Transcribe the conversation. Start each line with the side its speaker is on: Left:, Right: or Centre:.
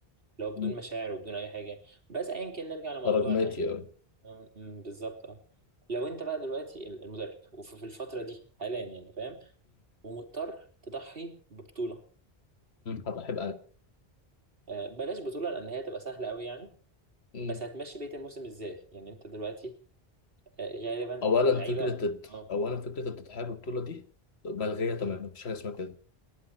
Right: لو بدون
Left: مم.
Right: مشاعر وبدون أي حاجة بس أيا كان نرجع لموضوعنا
Left: ده رقماتي
Right: يعني
Left: قوي
Right: أم- أم، بالظبط أه لو أنت بقى دلوقتي ال- المدرب وفي في الفترة دي حاليا يعني فاهم ومضطر تضحي ببطولة
Left: هبقى احب
Right: آه، بلاش بطولة لأن هي تبقى سهلة أوي يعني
Left: انا
Right: بس هتمشي بقية الموسم إزاي يعني أنت دلوقتي آه، غالبا
Left: اولا
Right: اللعيبة
Left: فكره الت-
Right: أه
Left: اولا فكره التضحيه بالبطوله دي ملغيه تماما
Right: أم،
Left: مفيش حاجه اسمها كده